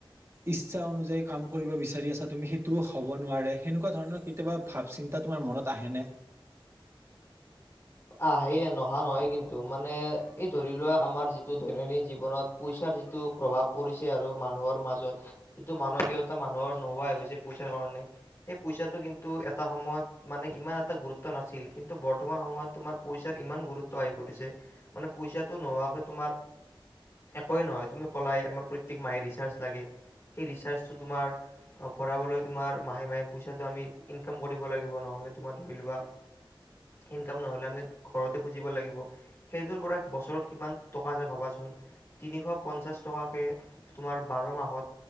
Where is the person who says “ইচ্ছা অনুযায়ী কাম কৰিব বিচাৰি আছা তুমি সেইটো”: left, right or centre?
Right